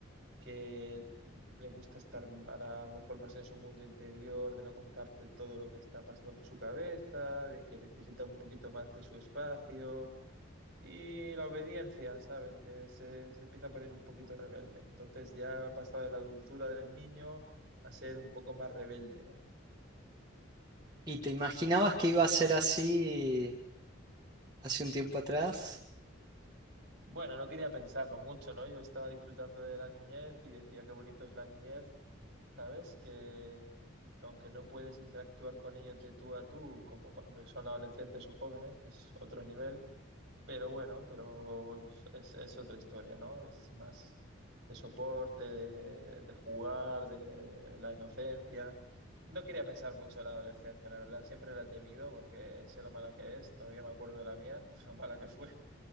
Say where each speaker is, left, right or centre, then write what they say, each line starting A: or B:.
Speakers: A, on the right; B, on the right.
A: que le gusta estar ahora a lo mejor más en su mundo interior, de no contarte todo lo que está pasando por su cabeza, de que necesita un poquito más de su espacio y la obediencia, ¿sabes? Que se, se empieza a poner un poquito rebelde. Entonces ya ha pasado de la dulzura del niño a ser un poco más rebelde, ¿no?
B: ¿Y te imaginabas que iba a ser así hace un tiempo atrás?
A: Bueno, no quería pensarlo mucho, ¿no? Yo estaba disfrutando de la niñez y decía qué bonito es la niñez ¿sabes? Que aunque no puedes interactuar con ellos de tú a tú, como cuando son adolescentes o jóvenes, que es otro nivel, pero bueno, pero es, es otra historia, ¿no? Es más de soporte, de, de jugar, de la inocencia. No quería pensar mucho en la adolescencia, la verdad, siempre la he temido porque sé lo mala que es, todavía me acuerdo de la mía, <laughs> lo mala que fue